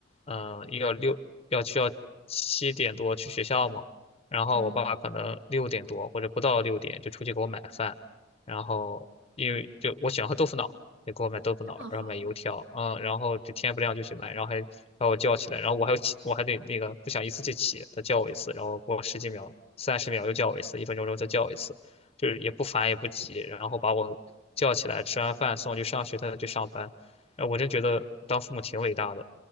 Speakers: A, on the left; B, on the right.
A: 嗯、要六要需要七点多去学校嘛，然后我爸爸可能六点多或者不到六点就出去给我买饭，
B: 嗯，嗯，
A: 然后因为就我喜欢喝豆腐脑。得给我买豆腐脑，
B: 这么好，
A: 然后买油条，嗯，然后就天不亮就去买，然后还把我叫起来，然后我还要起，我还得那个不想一次就起，他叫我一次，然后过十几秒、三十秒又叫我一次，一分钟之后再叫我一次，就是也不烦也不急，然后把我叫起来，吃完饭送我去上学，他再去上班，呃，我真觉得当父母挺伟大的。